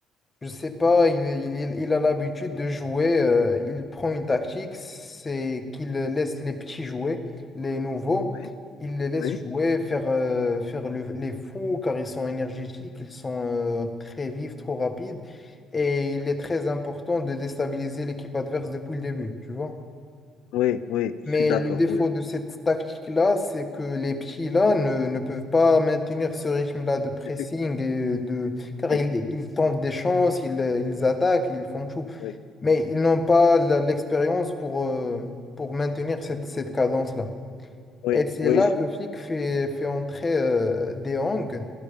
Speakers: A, on the left; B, on the left.
A: je sais pas, il, il- il- il a l'habitude de jouer, euh, il prend une tactique, c'est qu'il laisse les petits jouer, les nouveaux,
B: Oui,
A: il les laisse
B: oui,
A: jouer, faire, euh, faire le- les fous, car ils sont énergétiques, ils sont euh, très vifs, trop rapides, et il est très important de déstabiliser l'équipe adverse depuis le début, tu vois.
B: oui, oui, je
A: Mais
B: suis d'accord,
A: le défaut
B: oui,
A: de cette tactique-là, c'est que les petits-là ne, ne peuvent pas maintenir ce rythme-là de pressing
B: effectivement.
A: et de... car
B: Oui,
A: ils, ils tentent des chances, ils, ils attaquent, ils font tout.
B: oui,
A: Mais ils n'ont pas la- l'expérience pour, euh, pour maintenir cette, cette cadence-là.
B: oui,
A: Et c'est
B: oui,
A: là
B: je
A: que
B: suis-
A: Flick fait, fait entrer euh, De Jong,